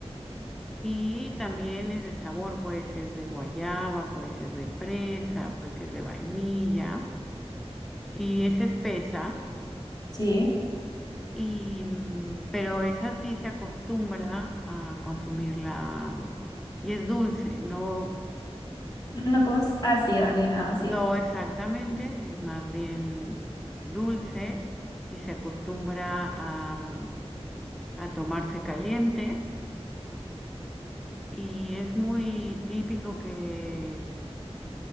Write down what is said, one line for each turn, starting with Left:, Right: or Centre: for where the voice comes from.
Centre: y también es de sabor, puede ser de guayaba, puede ser de fresa, puede ser de vainilla y es espesa.
Left: sí.
Centre: Y, mm, pero esa sí se acostumbra a consumirla y es dulce, no,
Left: No como s- ácida ni nada así.
Centre: no exactamente, es más bien dulce y se acostumbra a, mm, a tomarse caliente y es muy típico que